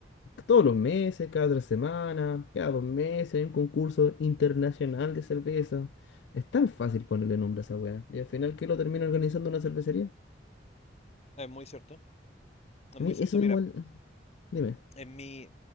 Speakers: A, on the left (about 70°); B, on the left (about 35°).
A: todos los meses, cada tres semanas, cada dos meses hay un concurso internacional de cerveza. Es tan fácil ponerle nombre a esa weá. Y al final, ¿qué lo termina organizando una cervecería?
B: es muy cierto, es
A: A
B: muy
A: mí
B: cierto,
A: eso me
B: mira,
A: molesta. Dime,
B: en mi,